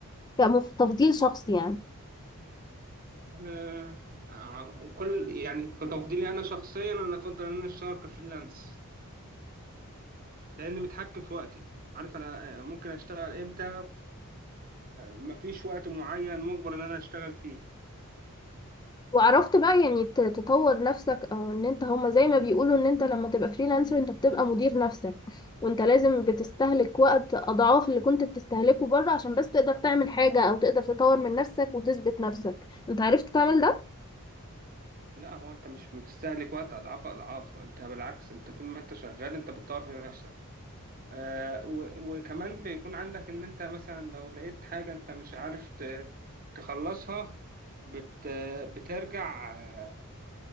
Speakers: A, on the left; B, on the right.
A: كتفضيل شخصي يعني
B: آه، آه، كل يعني كتفضيلي أنا شخصيا أنا أفضل إن أنا أشتغل كفريلانس لأن متحكم في وقتي عارف أنا آه، ممكن أشتغل إمتى ومفيش وقت معين مجبر إن أنا أشتغل فيه
A: وعرفت بقى يعني ت- تطور نفسك او ان انت هما زي ما بيقولوا ان انت لما تبقى فريلانسر انت بتبقى مدير نفسك وانت لازم بتستهلك وقت اضعاف اللي كنت بتستهلكه بره عشان بس تقدر تعمل حاجة او تقدر تطور من نفسك وتثبت نفسك انت عرفت تعمل ده
B: لا هو انت مش بتستهلك وقت اضعاف اضعاف انت بالعكس انت طول ما انت شغال انت بتطور في نفسك آه و- وكمان بيكون عندك ان انت مثلا لو لقيت حاجة انت مش عارف ت- تخلصها بت بترجع آه،